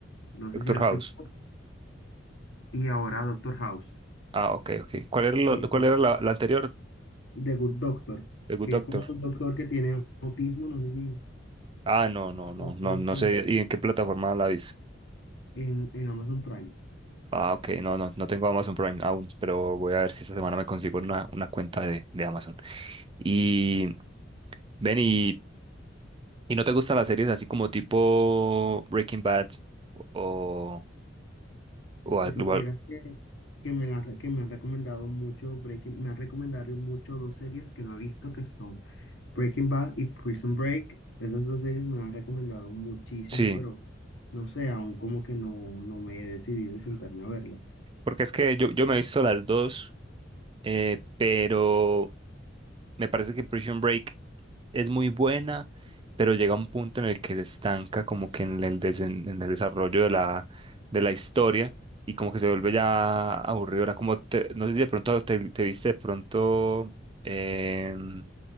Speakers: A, on the left; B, on the right.
A: no sé
B: Doctor
A: si la has
B: House.
A: visto, y ahora Doctor House.
B: Ah, ok, ok. ¿Cuál era lo-
A: Son
B: cuál
A: dos.
B: era la, la anterior?
A: The Good Doctor,
B: The Good
A: que
B: Doctor.
A: es como un doctor que tiene autismo, no sé si
B: Ah, no, no, no,
A: de
B: no,
A: pronto
B: no sé y en qué plataforma la viste.
A: en, en Amazon Prime.
B: Ah, ok, no, no, no tengo Amazon Prime aún, pero voy a ver si esta semana me consigo una, una cuenta de, de Amazon. Y ven y ¿Y no te gustan las series así como tipo Breaking Bad o, o,
A: Si
B: al-
A: supieras
B: o al-
A: que, que me la re- que me han recomendado mucho Breaking, me han recomendado mucho dos series que no he visto que son Breaking Bad y Prison Break, esas dos series me las han recomendado muchísimo,
B: sí,
A: pero no sé, aún como que no, no me he decidido sentarme a verlas.
B: porque es que yo, yo me he visto las dos, eh, pero me parece que Prison Break es muy buena, pero llega un punto en el que se estanca como que en el, desen- en el desarrollo de la, de la historia y como que se vuelve ya aburridora. Como te- no sé si de pronto te, te viste de pronto em,